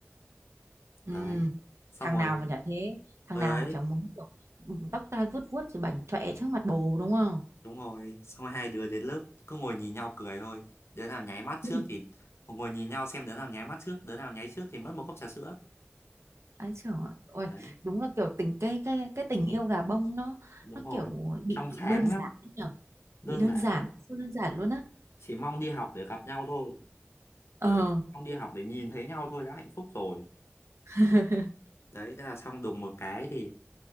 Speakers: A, on the left; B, on the right.
A: đấy
B: Ừ,
A: xong
B: thằng
A: rồi
B: nào mà chả thế, thằng
A: rồi
B: nào
A: đấy
B: mà chẳng muốn kiểu ừ, tóc tai vuốt vuốt rồi bảnh chọe trước mặt bồ đúng không?
A: đúng rồi xong rồi hai đứa đến lớp cứ ngồi nhìn nhau cười thôi đứa nào nháy mắt trước
B: <laughs> Ừ.
A: thì ngồi nhìn nhau xem đứa nào nháy mắt trước đứa nào nháy trước thì mất một cốc trà sữa
B: Ấy trời ơi,
A: đấy
B: đúng là kiểu tình cái cái cái tình yêu gà bông nó
A: đúng
B: nó
A: rồi
B: kiểu bị
A: trong sáng
B: bị đơn giản
A: lắm
B: ấy nhở,
A: đơn
B: bị đơn
A: giản
B: giản,
A: lắm
B: siêu đơn giản luôn á.
A: chỉ mong đi học để gặp nhau thôi
B: Ờ.
A: đấy mong đi học để nhìn thấy nhau thôi đã hạnh phúc rồi
B: <laughs>
A: đấy thế là xong đùng một cái thì